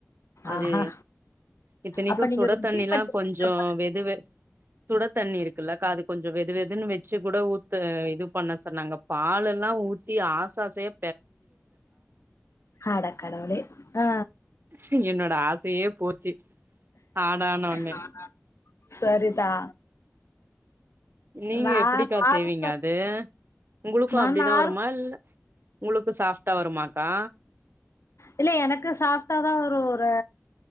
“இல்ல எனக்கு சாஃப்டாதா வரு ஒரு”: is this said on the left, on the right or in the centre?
Left